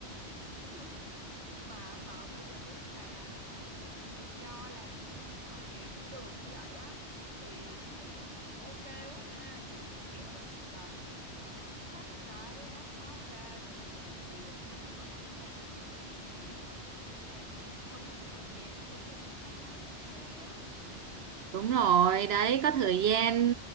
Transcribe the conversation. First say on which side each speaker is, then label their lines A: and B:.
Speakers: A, on the right; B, on the right.
A: <laughs> mà họ bây giờ tôi thấy bà làm ờ, kiểu tự do làm ở nhà cũng được như vậy á thì thấy cũng ok quá ha giống như kiểu là chỉ cần ờ, xách cái laptop ra rồi mình làm việc khi nào có khách hàng nói chuyện khách hàng thì mình đi nói chuyện với khách hàng không thì mình ở nhà cũng được chăm sóc con cái cũng ok đó
B: Đúng rồi, đấy có thời gian